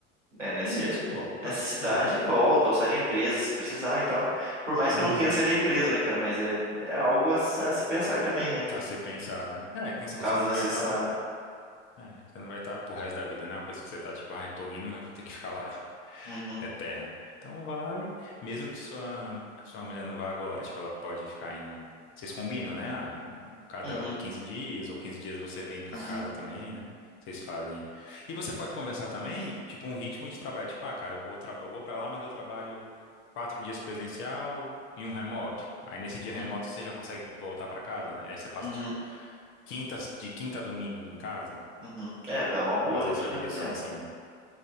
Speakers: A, on the right; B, on the left.
A: né, nesse,
B: E isso volta.
A: nessa cidade
B: É.
A: e volta, ou sai da empresa se precisar e tal. Por mais
B: Uhum.
A: que eu não queira sair da empresa, né, cara? Mas é, é algo a, se a se pensar também, né? Tipo,
B: A se pensar, né? É, pensa,
A: caso
B: você não
A: necessário.
B: vai estar lá. É, você não vai estar pro resto da vida, não é uma coisa que você tá tipo, ai, tô indo, mas vou ter que ficar lá.
A: Uhum,
B: Eterno. Então vai, mesmo que sua, sua mulher não vá agora, tipo, ela pode ficar indo. Vocês combinam, né? Ah, Cada
A: uhum,
B: 15 dias ou 15 dias você vem pra
A: uhum,
B: casa também, né? Vocês fazem. E você pode conversar também, tipo, um ritmo de trabalho. Tipo, ah, cara, eu vou, traba- eu vou para lá, mas eu trabalho quatro dias presencial e um remoto. Aí nesse
A: uhum,
B: dia remoto você já consegue voltar pra casa, né? Aí você passa,
A: uhum,
B: tipo,
A: uhum.
B: quinta, de quinta a domingo em casa,
A: uhum. É, é uma boa
B: fazer essa
A: de
B: divisão
A: negociar. meu.
B: assim, né?